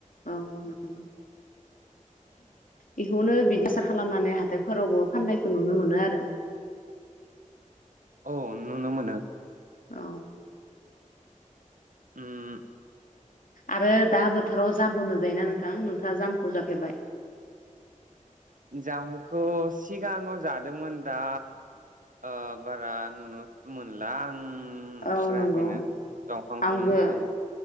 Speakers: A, on the left (about 85°); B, on the right (about 75°).
A: नंगौ बेखौनो बिदि आसार खालामनानै हाथायफोरावबो फाननायखौ नुनो मोनो आरो
B: औ नुनो मोनो
A: औ
B: ओम
A: आरो दा बोथोराव जामबो मोनजायोना नोंथां नोंथाङा जामखौ जाफेरबाय?
B: जामखौ सिगाङाव जादोंमोन दा ओ बारा नुनो मोनला आं। नुस्रायाखैनो
A: औ नंगौ
B: दंफांखौनो
A: आंबो
B: दायो